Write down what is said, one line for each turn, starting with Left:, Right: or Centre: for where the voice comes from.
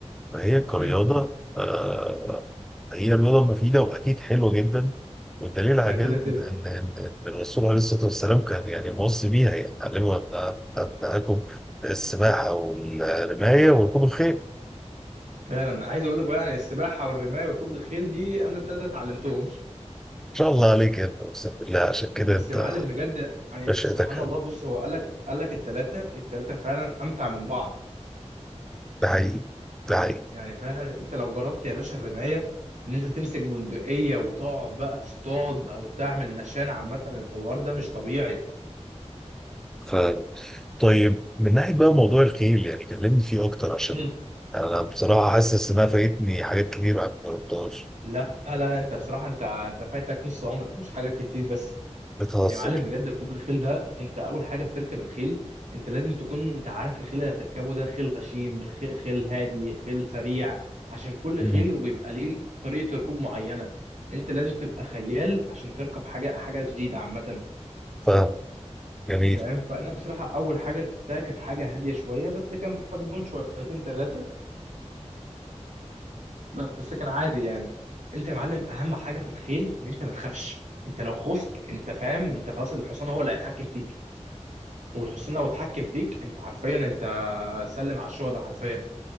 Centre: فهي كرياضة
Right: هم.
Centre: آه هي رياضة مفيدة وأكيد حلوة جدا والدليل على
Right: ده كده
Centre: كده إن
Right: كده
Centre: إن إن الرسول عليه الصلاة والسلام كان يعني موصي بيها يعني علموا أبنا- أبنائكم السباحة والرماية وركوب الخيل إن
Right: فعلا عايز اقول لك بقى يعني السباحه والرمايه وركوب الخيل دي انا الثلاثه اتعلمتهم
Centre: شاء الله عليك يا ابني أقسم بالله عشان كده
Right: بس
Centre: أنت
Right: يا معلم بجد يعني
Centre: نشأتك
Right: سبحان
Centre: حلوة
Right: الله بص هو قال لك قال لك الثلاثه الثلاثه فعلا امتع من بعض
Centre: ده حقيقي ده حقيقي
Right: يعني فعلا انت لو جربت يا باشا الرمايه ان انت تمسك بندقيه وتقعد بقى تصطاد او تعمل نشان عامه الحوار ده مش طبيعي
Centre: ف... طيب من ناحية بقى موضوع الخيل يعني كلمني فيه أكتر عشان
Right: مم.
Centre: أنا بصراحة حاسس إنها فايتني حاجات كتير ما جربتهاش
Right: لا لا انت بصراحه انت انت فايتك نص عمرك مش حاجات كتير بس
Centre: بتهزر
Right: يا معلم بجد ركوب الخيل ده انت اول حاجه بتركب الخيل انت لازم تكون انت عارف الخيل اللي هتركبه ده خيل غشيم خي- خيل هادي خيل سريع عشان كل
Centre: مم.
Right: خيل وبيبقى ليه طريقه ركوب معينه انت لازم تبقى خيال عشان تركب حاجه حاجه جديده عامه
Centre: فاهم جميل
Right: فاهم فانا بصراحه اول حاجه ركبتها كانت حاجه هاديه شويه بس كان مجنون شويتين ثلاثه بس كان عادي يعني انت يا معلم اهم حاجه في الخيل ان انت ما تخافش انت لو خفت انت فاهم انت خلاص الحصان هو اللي هيتحكم فيك والحصان لو اتحكم فيك انت حرفيا انت سلم على الشهداء حرفيا